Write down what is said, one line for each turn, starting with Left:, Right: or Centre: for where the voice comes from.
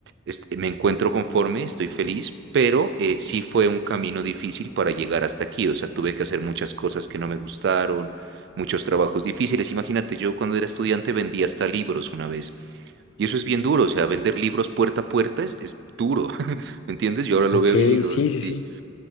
Right: este, me encuentro conforme, estoy feliz, pero eh, sí fue un camino difícil para llegar hasta aquí, o sea, tuve que hacer muchas cosas que no me gustaron, muchos trabajos difíciles. Imagínate, yo cuando era estudiante vendía hasta libros una vez. Y eso es bien duro, o sea, vender libros puerta a puerta es, es duro, <laughs> ¿me entiendes? Yo ahora lo
Left: Ok,
Right: veo y digo,
Left: sí,
Right: sí,
Left: sí, sí.